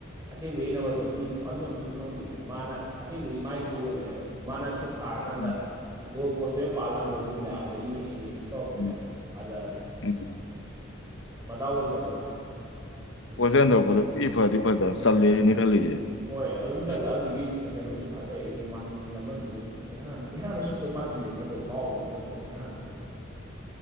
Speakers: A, on the right; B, on the left.
A: ꯑꯁꯦꯡꯕꯗꯤ ꯅꯝꯕꯔ ꯇ꯭ꯋꯦꯟꯇꯤ ꯑꯗꯨꯝꯕ ꯃꯃꯤꯡꯗꯣ ꯈꯪꯗꯦꯅꯦ ꯃꯥꯅ ꯑꯁꯦꯡꯕꯗꯤ ꯃꯥꯏ ꯀꯣꯜ ꯑꯣꯏꯕꯅꯦꯕ ꯃꯥꯅ ꯁꯨꯠ ꯊꯥꯔꯀꯥꯟꯗ
B: ꯎꯝ
A: ꯒꯣꯜ ꯄꯣꯁꯇꯣ ꯌꯥꯝ ꯄꯥꯜꯂ ꯍꯟꯗꯣꯛꯈꯤꯕꯅꯦꯕ ꯑꯗꯨꯗꯒꯤ ꯃꯦꯁꯤꯟꯅ ꯇꯧꯔꯛꯄꯅꯦꯕ
B: ꯎꯝ
A: ꯐꯥꯖꯔꯗꯤ ꯑꯁ
B: ꯎꯝ
A: ꯃꯗꯥꯎ ꯂꯩꯇꯕ ꯃꯥꯅ ꯎꯝ
B: ꯄꯣꯠꯁꯤ ꯍꯟꯗꯔꯛꯄꯗꯗꯤ ꯐꯗꯤ ꯐꯖꯕ ꯆꯜꯂꯦ ꯁꯤꯅꯤ ꯈꯜꯂꯤꯁꯦ
A: ꯍꯣꯏ ꯑꯗꯨꯝ ꯆꯠꯂꯦ
B: ꯑꯁ
A: ꯑꯗꯨꯒꯤ ꯀꯩꯅꯣꯁꯨ ꯐꯖꯩꯕꯨ ꯃꯥꯔꯇꯤꯅꯦꯁ ꯑꯃꯗꯨꯁꯨ ꯏꯍꯥꯟꯥꯟꯕ ꯏꯍꯥꯟꯥꯟꯕꯩ ꯁꯨꯠꯇꯣ ꯃꯥꯔꯇꯤꯅꯦꯁ ꯅꯠꯇ꯭ꯔ ꯀꯥꯎꯈꯤꯕ ꯃꯣꯏꯁꯨ ꯏꯍꯥꯟꯥꯟꯕꯗꯣ